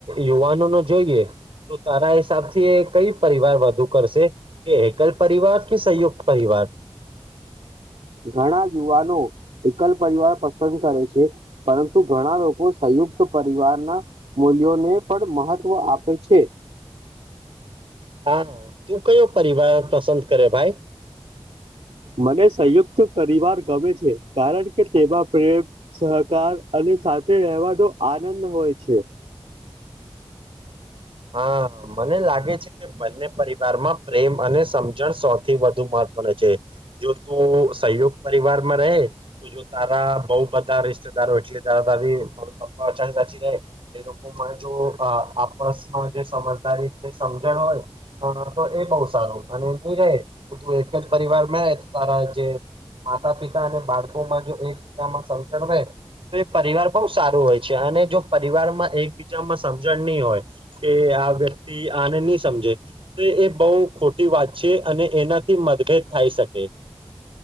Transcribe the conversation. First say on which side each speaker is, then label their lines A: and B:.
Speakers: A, on the right (about 60°); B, on the right (about 80°).
A: યુવાનો નો જોઈએ તો તારા હિસાબ થી કઈ પરિવાર વધ કરશે એકલ પરિવાર કે સંયુક્ત પરિવાર
B: ઘણા યુવાનો એકલ પરિવાર પસંદ કરે છે પરંતુ ઘણા લોકો યુક્ત પરિવારના મૂલ્યોને પણ મહત્વ આપે છે <inaudible>
A: હા તું કયો પરિવાર પસંદ કરે ભાઈ
B: મને સંયુક્ત પરિવાર ગમે છે કારણ કે તેમાં પ્રેમ સહકાર અને સાથે રહેવા તો આનંદ હોય છે
A: હા મને લાગે છે કે બંને પરિવારમાં પ્રેમ અને સમજણ સૌથી વધુ મળ જો તું સહયોગ પરિવારમાં ર તો જો તારા બહ બધા <unintelligible> ો એટલે મમ્ી પપ્પા અચાનક સાચી રહે એ લોકોને જો આપ <inaudible> જે સમજદારી સમજણ હોય તો એ બહ સારું અને નની રહેું એ પરિવાર મે તારા જે માતા પિતા અને બાળકોમાં જો એકબીજામાં સમજણ રે તો એ પરિવાર બહુ સારું હોય છે અને જો પરિવારમાં એકબીજામાં સમજણ નહી હોય કે આ વ્યક્તિ આને નહી સમજે તો એ બહ ખોટી વાત છે અને એનાથી મતભેદ થાય શકે